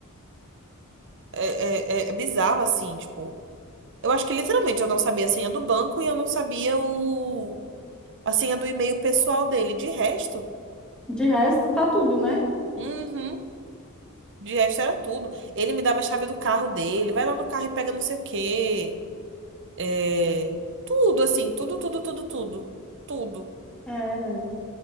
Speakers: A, on the right (about 55°); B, in the centre.
A: É, é, é é bizarro, assim, tipo... Eu acho que literalmente eu não sabia a senha do banco e eu não sabia o... a senha do e-mail pessoal dele. De resto,
B: de resto, tá tudo, né?
A: uhum, de resto era tudo. Ele me dava a chave do carro dele, vai lá no carro e pega não sei o quê. É, tudo, assim, tudo, tudo, tudo, tudo. Tudo.
B: É,